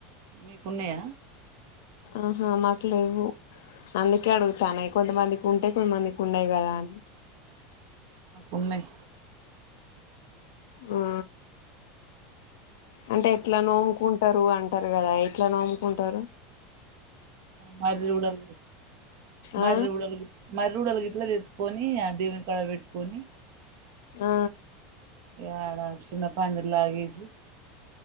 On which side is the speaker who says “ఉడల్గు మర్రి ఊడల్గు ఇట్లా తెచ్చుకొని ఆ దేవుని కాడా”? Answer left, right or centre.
Right